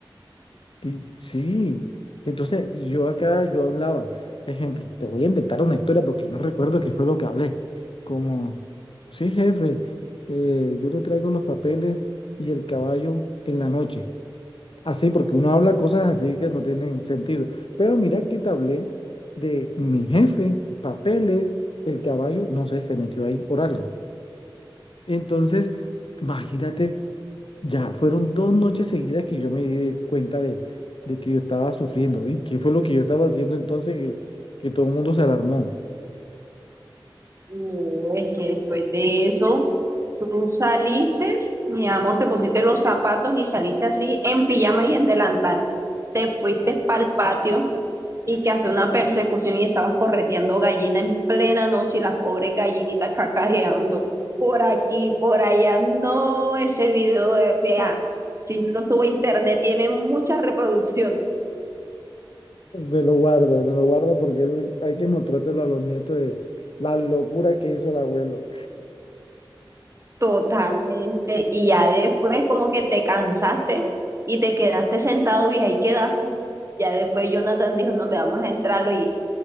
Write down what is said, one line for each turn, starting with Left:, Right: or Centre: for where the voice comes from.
Left: Y sí, entonces yo acá yo hablaba, ejemplo, te voy a inventar una historia porque no recuerdo qué fue lo que hablé. Como, sí, jefe, eh, yo le traigo los papeles y el caballo en la noche. Así, porque uno habla cosas así que no tienen sentido. Pero mira que te hablé de mi jefe, papeles, el caballo, no sé, se metió ahí por algo. Entonces, imagínate, ya fueron dos noches seguidas que yo me di cuenta de, de que yo estaba sufriendo. ¿Y qué fue lo que yo estaba haciendo entonces que, que todo el mundo se alarmó?
Right: No, es que después de eso, tú saliste, mi amor, te pusiste los zapatos y saliste así en pijama y en delantal. Te fuiste para el patio y que hace una persecución y estabas correteando gallina en plena noche y las pobres gallinitas cacareando por aquí, por allá. No, ese video, eh, vea,
Left: <laughs>
Right: si uno sube a internet, tiene mucha reproducción
Left: Me lo guarda, me lo guarda porque eso hay que mostrártelo a los nietos de la locura que hizo el abuelo.
Right: totalmente y ya después como que te cansaste y te quedaste sentado y ahí quedaste. Ya después Jonathan dijo, no, me vamos a entrarlo y